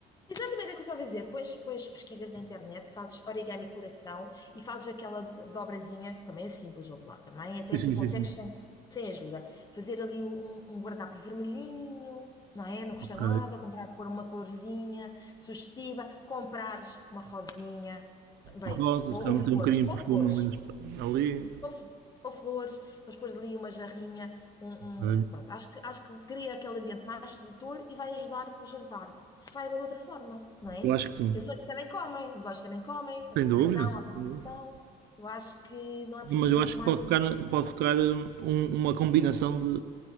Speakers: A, on the left (about 25°); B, on the right (about 75°).
A: Exatamente é o que eu estava a dizer. Depois, depois pesquisas na internet, fazes origami coração e fazes aquela do- dobrazinha, que também é simples, ouve lá, também até
B: Sim,
A: tu consegues
B: sim, sim. sim.
A: sem, sem ajuda. Fazer ali um, um um guardanapo vermelhinho, não é? Não custa
B: Ok.
A: nada, comprar, pôr uma corzinha sugestiva, comprares uma rosinha, bem,
B: Rosa,
A: ou,
B: se calhar
A: ou flores,
B: meter um bocadinho de
A: ou
B: perfume
A: flores
B: ali. nos- ali.
A: ou, fl- ou flores, mas depois ali uma jarrinha, um,
B: Ok.
A: um- pronto, acho que, acho que cria aquele ambiente mais sedutor e vai ajudar que o jantar saiba de outra forma, não é?
B: Eu acho que sim.
A: E os olhos também comem, os olhos também comem,
B: Sem
A: a preparação,
B: dúvida.
A: a apresentação,
B: Sem dúvida.
A: eu acho que não é preciso
B: Mas eu
A: muito
B: acho
A: mais
B: que pode
A: do
B: ficar,
A: que isto.
B: pode ficar hum, um- uma combinação